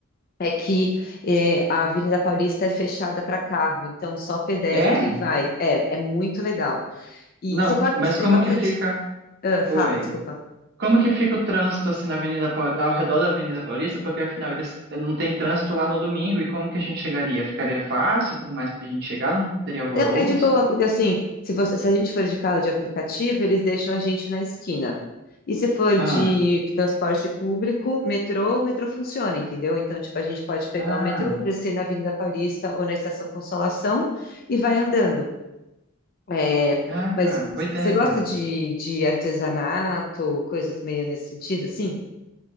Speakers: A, on the left; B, on the right.
A: é que eh, a Avenida Paulista é fechada para carro, então só pedestre
B: é?
A: vai. É, é muito legal. E
B: Não,
A: você, co-
B: mas
A: você
B: como
A: gosta
B: que fica?
A: de. ah, fala,
B: Oi.
A: desculpa.
B: Como que fica o trânsito assim na Avenida Paul- ao redor da Avenida Paulista? Porque afinal eles eh, não tem trânsito lá no domingo e como que a gente chegaria? Ficaria fácil e tudo mais pra gente chegar? Não teria alvoroço?
A: Não, é de boa, porque assim, se você, se a gente for de carro de aplicativo, eles deixam a gente na esquina. E se for
B: Ah,
A: de transporte público, metrô, o metrô funciona, entendeu? Então, tipo, a gente pode pegar
B: ah,
A: o metrô, descer na Avenida Paulista ou na Estação Consolação e vai andando. É,
B: ah,
A: mas
B: cara, boa ideia.
A: você gosta de, de artesanato, coisas meio nesse sentido, assim?